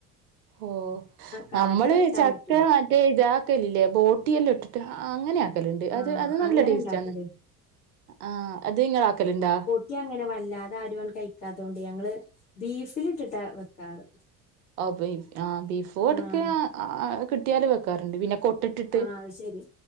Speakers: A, on the right; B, on the left.
A: ഓഹ്
B: കാറ്റ്
A: നമ്മള്
B: തട്ടാൻ
A: ചക്ക
B: പറ്റൂല
A: മറ്റേത ഒക്കല്ലേ ബോട്ടിെല്ലാം ഇട്ടിട്ട് അങ്ങനെയാ ആക്കല്ണ്ട്
B: ആഹ്
A: അത് അത് നല്ല
B: അങ്ങനെ
A: ടേസ്റ്റാന്ന്.
B: ഇണ്ടാക്കൂലേ
A: ആഹ് അത് ഇങ്ങളാക്കല്ണ്ടാ.
B: ട്ട്യാങ്ങനെ വല്ലാതെ ആരുആണ്ട് കഴിക്കാത്തോണ്ട് ഞങ്ങള് ബീഫിലിട്ടിട്ടാ വെക്കാറ്.
A: ആഹ് ബീഫോ
B: ആഹ്
A: എട്ക്കെ കിട്ടിയാല് വെക്കാറുണ്ട് പിന്നെ കൊട്ടിട്ടിട്ട്
B: ആഹ് അത് ശരി